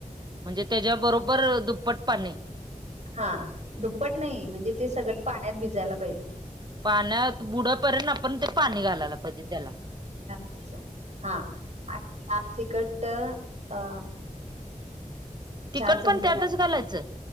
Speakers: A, on the right; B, on the right.
A: म्हणजे त्याच्या बरोबर दुप्पट पाने
B: हा दुप्पट नाही म्हणजे ते सगळं पाण्यात भिजायला पाहिजे
A: पाण्यात बुडपर्यंत आपण ते पाणी घालायला पाहिजे त्याला
B: अच्छ हा जास्तिकट अ
A: तिखट
B: चार चमचे
A: पण त्यातच घालायचं